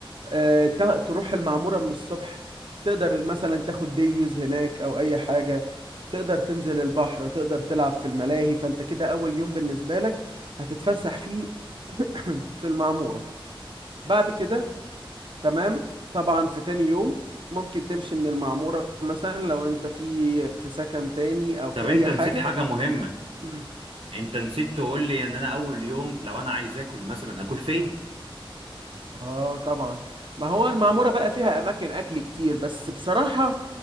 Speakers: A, on the right; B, on the right.
A: آه، تا- تروح المعمورة من الصبح تقدر مثلا تاخد ديوز هناك أو أي حاجة تقدر تنزل البحر تقدر تلعب في الملاهي فأنت كده أول يوم بالنسبة لك هتتفسح فيه في المعمورة بعد كده تمام طبعا في تاني يوم ممكن تمشي من المعمورة مثلا لو أنت في في سكن تاني أو في
B: طب انت
A: أي حاجة
B: نسيت حاجة مهمة
A: مم.
B: انت نسيت تقول لي ان انا اول يوم لو انا عايز اكل مثلا اكل فين
A: اه طبعا ما هو المعمورة بقى فيها اماكن اكل كتير بس بصراحة